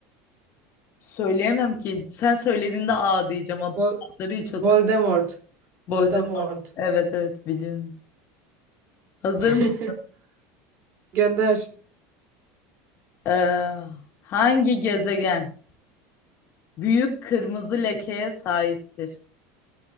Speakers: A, on the left (about 45°); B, on the right (about 40°).
A: Söyleyemem ki. Sen söylediğinde A diyeceğim. Ad-
B: Vol
A: Adları hiç hatırlamıyorum.
B: Voldemort.
A: Voldemort.
B: Voldemort.
A: Evet evet biliyorum. Hazır
B: <laughs>
A: mısın?
B: Gönder.
A: Ee, hangi gezegen büyük kırmızı lekeye sahiptir?